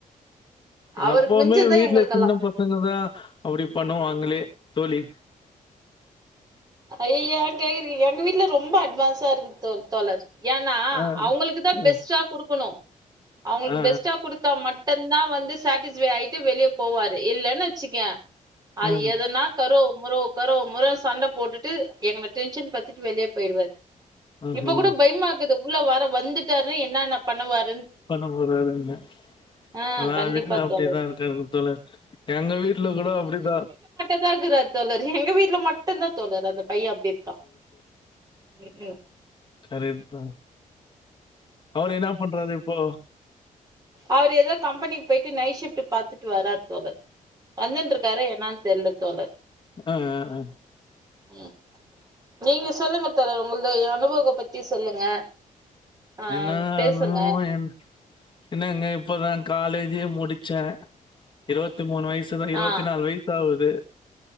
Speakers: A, on the right; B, on the left.
A: அவருக்கு
B: எப்பவுமே
A: மிஞ்சதுதா
B: வீட்ல
A: எங்களுக்கெல்லா
B: சின்ன பசங்கதா அப்டி பண்ணுவாங்களே தோழி
A: ஐய்ய கேக்றுகீங்க எங்க வீட்ல ரொம்ப அட்வான்ஸா இருக்கு தோ தோழர் ஏன்னா
B: ஆ,
A: அவங்களுக்கு தான்
B: அ,
A: பெஸ்ட்டா கொடுக்கணோ அவங்களுக்கு
B: ஆ,
A: பெஸ்ட்டா கொடுத்தா மட்டு ம்தான் வந்து சாட்டிஸ் ஃபை ஆயிட்டு வெளியே போவாரு இல்லன்னு வெச்சுக்கே அது
B: ஆ,
A: எதுனா கரோ முறோ கரோ முற சண்ட போட்டு எங்க டென்ஷன் பத்துட்டு வெளியே போயிடுவார்
B: ஆஹா.
A: இப்ப கூட பயமா குது உள்ள வர வந்துட்டாரு என்ன என்ன பண்ணுவார்
B: பண்ண போறாருங்க
A: ஆ
B: எல்லார்
A: கண்டிப்பா
B: வீட்ல அப்படிதான்
A: தோழர்
B: இருக்கருங்க தோழர் எங்க வீட்ல கூட அப்டிதா
A: இதா இருக்குறாரு தோழர் எங்க வீட்ல மட்டுந்தா தோழர் அந்தப் பைய அப்பிடிருக்கா ம் ம்
B: சரிதுதா அவரு என்ன பண்றாரு இப்போ
A: அவர் ஏதோ கம்பெனிக்கு போயிட்டு நைட் ஷிஃப்ட் பாத்துட்டு வராரு தோழர். வந்துன்றுக்காரே என்னானு தெர்ல தோழர்
B: அ அ அ
A: ம் நீங்க சொல்லுங்க தோழர் உங்கள்து அனுபவத்த பத்தி சொல்லுங்க ஆ
B: என்னானூ
A: பேசுங்க
B: என் என்னங்க இப்பதா காலேஜே முடிச் சே இருபத்தி மூணு வை சு இருபத்தி
A: ஆ
B: நாலு வயசு ஆவுது